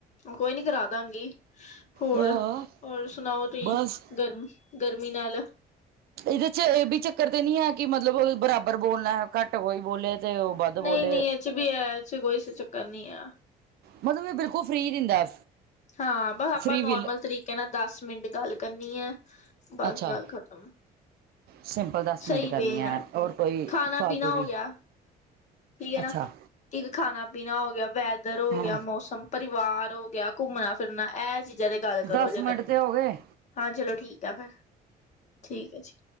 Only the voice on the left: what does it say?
ਕੋਈ ਨੀ ਕਰਾ ਦਾਂਗੀ ਹੋਰ,
ਹੋਰ ਸੁਣਾਓ ਤੁਹੀ
ਗਰਮ ਗਰਮੀ ਨਾਲ
ਨਈਂ-ਨਈਂ
ਏਚ ਵੀ ਐ ਏਚ ਕੋਈ ਚੱਕਰ ਨੀ ਐ।
ਹਾਂ ਬਸ
ਆਪਾਂ ਨੋਰਮਲ
ਤਰੀਕੇ ਨਾਲ ਦਸ ਮਿੰਟ ਗੱਲ ਕਰਨੀ ਐ ਬਸ
ਗੱਲ ਖਤਮ।
ਸਹੀ
ਵੇ
ਨਾਲ
ਖਾਣਾ
ਪੀਣਾ ਹੋ
ਗਿਆ ਠੀਕ ਹੈ ਨਾ
ਇੱਕ ਖਾਨਾ ਪੀਨਾ ਹੋ ਗਿਆ, ਵੈਦਰ ਹੋ
ਗਿਆ, ਮੌਸਮ ਪਰਿਵਾਰ ਹੋ ਗਿਆ ਘੁੰਮਨਾ-ਫਿਰਨਾ ਐ ਚੀ ਜਦੇ ਗੱਲ ਕਰੋ
ਜੇ
ਕਰਨੀ
ਹਾਂ ਚਲੋ ਠੀਕ ਐ ਫਿਰ, ਠੀਕ ਹੈ ਜੀ।